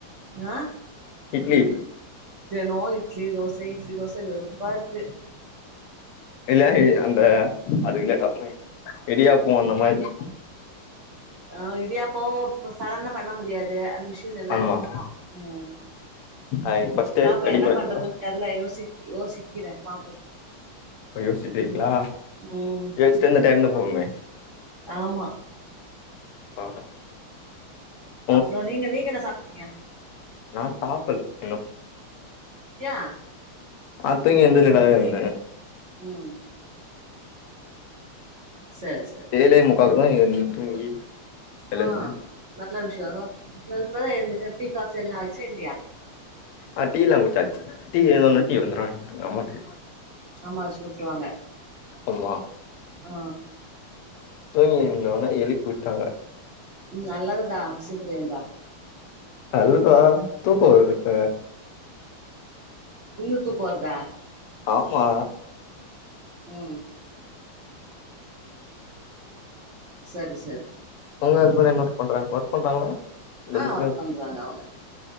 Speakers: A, on the right; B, on the left.
A: ஆ
B: இட்லி
A: தெனோ இட்லி தோசை இட்லி தோச வெறுப்பா இருக்கு
B: இல்ல அந்த அது லேட்டாகுமே இடியாப்போ அந்த மாரி
A: ஆ இடியாப்போ சடன பண்ண முடியாது அந்த ஷ் இல் நல்லாருக்கு
B: ஆமா
A: ம்
B: அது ஃபர்ஸ்ட்டே
A: பாப்ப
B: ரெடி
A: என்ன
B: பண்ணட்டுங்களா
A: பண்றதுன்னு தெர்ல யோசி யோசிக்கிறே பாப்போ
B: இப்ப யோசிச்சுட்டீங்களா
A: ம் ம்
B: யோசிச்சுட்டு இந்த டைம் தா போகுமே
A: ஆமா
B: ஆ ஆ
A: அப்பறோ நீங்க நீங்க என்ன சாப்ட்டீங்க
B: நா சாப்பில் இன்னு
A: யா
B: நா தூங்கி எழுதுனதா இருந்தே
A: ம் சரி ச
B: ஏழே முக்காக்குதா ஏ தூங்கி எழுந்தே
A: ஆ நல்ல விஷய நா இப்பதா எழுந்தங்க டீ காபி எல்லா ஆயிடுச்சா இல்லையா
B: ஆ டீலா குடிச்சாச்சு டீ எல்லா
A: ம்
B: டீ வந்துரு நமக்கு
A: அம்மா வச்சு குடுத்துருவாங்க
B: ஆமா
A: ஆ
B: தூங்கி இருந்தவன எழுப்பி விட்டாங்க
A: ம் நல்லதுதா சீக்கிர எழுந்தா
B: நல்லதா தூக்க வருதுங்க
A: இன்னு தூக்கொ வருதா
B: ஆமா
A: ம் சரி சரி
B: உங்க ஹஸ்பன்ட் என்ன ஒர்க் பண்றாங்க ஒர்க் பண்றாங்களா இல்ல
A: ஆ
B: பிசினஸ்
A: ஒர்க் பண்றாங்க அவங்க